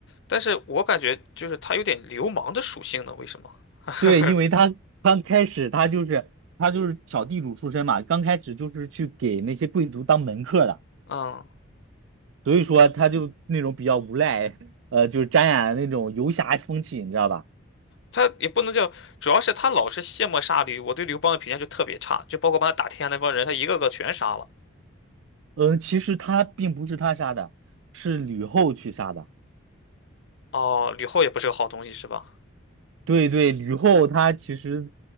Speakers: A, on the left; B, on the right.
A: 但是我感觉就是他有点流氓的属性呢，为什么？<laughs>
B: 对，因为他刚开始他就是他就是小地主出身嘛，刚开始就是去给那些贵族当门客的，
A: 嗯，
B: 所以说他就那种比较无赖，呃，就是沾染那种游侠风气，你知道吧？
A: 他也不能叫，主要是他老是卸磨杀驴，我对刘邦的评价就特别差，就包括帮他打天下那帮人，他一个个全杀了。
B: 嗯，其实他并不是他杀的，是吕后去杀的。
A: 哦，吕后也不是个好东西，是吧？
B: 对对，吕后她其实